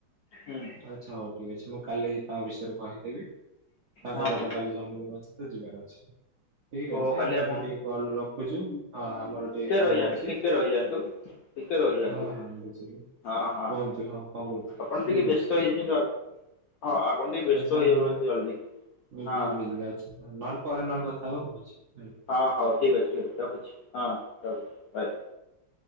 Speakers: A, on the left (about 75°); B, on the right (about 70°).
A: ହୁଁ।
B: ଆଚ୍ଛା ହଉ ଠିକ ଅଛି ମୁଁ କାଲି ତା ବିଷୟରେ କହିଦେବି ତାଙ୍କର
A: ହଁ
B: ତ କାଲି ଜନ୍ମଦିନ ଅଛି ତ ଯିବାର ଅଛି। ଠିକ
A: ଓ
B: ଅଛି
A: କାଲି
B: ଆମେ
A: ଆପଣ
B: ଏବେ ଟିକେ କଲ୍ ରଖୁଛୁ। ହଁ ଆମର ଟିକେ କାମ
A: ରହିଯାଆନ୍ତୁ
B: ଅଛି
A: ଟିକେ ରହିଯାଆନ୍ତୁ। ଟିକେ ରହିଯାଆନ୍ତୁ
B: ହଁ ହଁ ବୁଝିଲି।
A: ହଁ ହଁ
B: କୁହନ୍ତୁ ହଁ କଣ କହୁଥୁଲୁ
A: ଆପଣ
B: ଠିକ୍
A: ଟିକେ ବ୍ୟସ୍ତ
B: ଅଛି।
A: ହେଇଯାଉଛନ୍ତି ହଁ ଆପଣ ଟିକେ ବ୍ୟସ୍ତ
B: ଆଛା ହଁ
A: ହେଇଯାଉଛନ୍ତି
B: ନ
A: ଜଲ୍ଦି
B: ବିଜିଲି
A: ହଁ
B: ବିଜିଲି
A: ହଁ
B: ଆଉଚି ନହେ ପରେ ନେହେଲେ କଥା ହେବା ଆଉ।
A: ହଁ ହଉ ଠିକ୍ ଅଛି ଠିକ୍ ଅଛି ରଖୁଛି ହଁ ରଖୁଛି। ହଏ